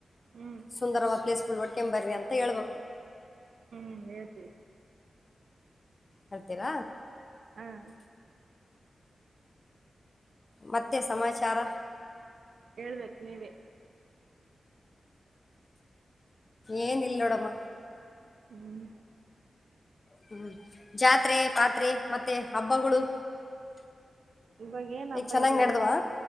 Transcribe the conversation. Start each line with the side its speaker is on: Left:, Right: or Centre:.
Right: ಹ್ಞೂ
Left: ಸುಂದರವಾದ ಪ್ಲೇಸ್ಗಳು ಹೊಡ್ಕೊ ಬರ್ರಿ ಅಂತ ಹೇಳ್ಬೇಕು
Right: ಹಂಗಗೆತಿ
Left: ಹಳ್ತೀರ
Right: ಹಾಂ
Left: ಮತ್ತೆ ಸಮಾಚಾರ
Right: ಹೇಳ್ಬೇಕು ನೀವೇ
Left: ಏನ್ ಇಲ್ಲೋಡಮ್ಮ
Right: ಹ್ಞೂ
Left: ಹ್ಮ್ ಜಾತ್ರೆ ಪಾತ್ರೆ ಮತ್ತೆ ಹಬ್ಬಗಳು
Right: ಇವಾಗ ಏನ್ ಹಬ್ಬ
Left: ಈಗ ಚೆನ್ನಾಗ್
Right: ಇಲ್ಲಲ್ವಾ
Left: ನಡೆದವಾ